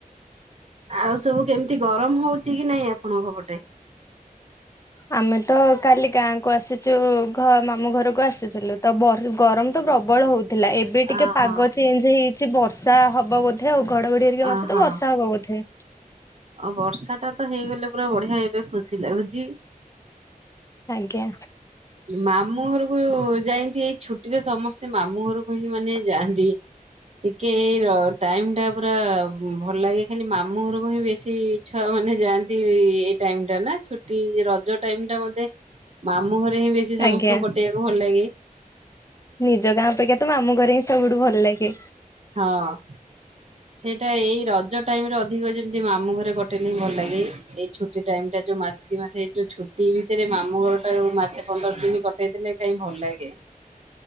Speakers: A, on the right (about 45°); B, on the left (about 20°).
A: ଆଉ ସବୁ କେମିତି ଗରମ ହଉଛି କି ନାଇଁ ଆପଣଙ୍କ ପଟେ?
B: ଆମେ ତ କାଲି ଗାଁ କୁ ଆସିଛୁ। ଘ ମାମୁଁ ଘରକୁ ଆସିଥିଲୁ। ତ ଗରମ ତ ପ୍ରବଳ ହଉ ଥିଲା, ଏବେ ଟିକେ
A: ଅହୋ
B: ପାଗ ଚେଞ୍ଜ ହେଇଛି। ବର୍ତ ବର୍ଷା ହବ ବୋଧେ ଆଉ ଘଡ଼ଘଡ଼ି ହେରିକା ମାରୁଛି
A: ଅହୋ
B: ତ ବର୍ଷା ହବ ବୋଧେ।
A: ଆଉ ବର୍ଷା ଟା ତ ହେଇଗଲେ ପୁରା ବଢ଼ିଆ ଏବେ ଖୁସୀ ଲାଗୁଛି।
B: ଆଜ୍ଞା
A: ମାମୁଁ ଘରକୁ ଯାଇନ୍ତି ଏଇ ଛୁଟିରେ ସମସ୍ତେ ମାମୁଁଘରକୁ ହିଁ ମାନେ ଯାଆନ୍ତି। ଟିକେ ଏଇ ଟାଇମ ଟା ପୁରା ଭଲ ଲାଗେ। ଖାଲି ମାମୁଁ ଘରକୁ ହିଁ ବେଶୀ ଛୁଆ ମାନେ ଯାଆନ୍ତି ଏଇ ଟାଇମ୍ ଟା ଛୁଟି ରଜ ଟାଇମ୍ ଟା ମତେ ମାମୁଁ ହିଁ ବେଶୀ ସମସ୍ତଙ୍କୁ
B: ଆଜ୍ଞା
A: କଟେଇବାକୁ ଭଲ ଲାଗେ।
B: ନିଜ ଗାଁ ଅପେକ୍ଷା ତ ମାମୁଁଘରେ ହିଁ ସବୁଠୁ ଭଲଲାଗେ।
A: ହଁ ସେଇଟା ଏଇ ରଜ ଟାଇମ ରେ ଅଧିକ ଯେମିତି ମାମୁଁ ଘରେ କଟେଇଲେ ହିଁ ଭଲ ଲାଗେ। ଏଇ ଛୁଟି ଟାଇମ ଟା ଯୋଉ ମାସେ ଦି ମାସେ ଏଇ ଯୋଉ ଛୁଟି ଭିତରେ ମାମୁଁ ଘର ଟା ଯୋଉ ମାସେ ପନ୍ଦର ଦିନ କଟେଇ ଦେଲେ କାଇଁ ଭଲ ଲାଗେ।